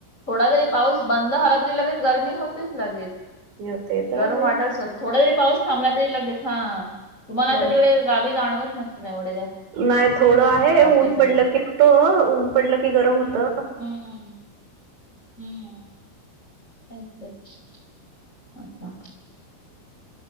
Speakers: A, on the left; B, on the right.
A: थोडा जरी पाऊस बंद झाला तरी लगेच गरमी होतीच लगेच
B: हम्म, ते तर
A: गरम
B: आहेच
A: वाटत असेल थोडा जरी पाऊस थांबला तरी लगेच हां तुम्हाला
B: हो.
A: आता तिकडे गावी जाणवत- <inaudible>
B: नाही थोडं आहे
A: गावच्या
B: ऊन
A: साईडला
B: पडलं की त ऊन पडलं की गरम होत.
A: हम्म हम्म तेच अच्छा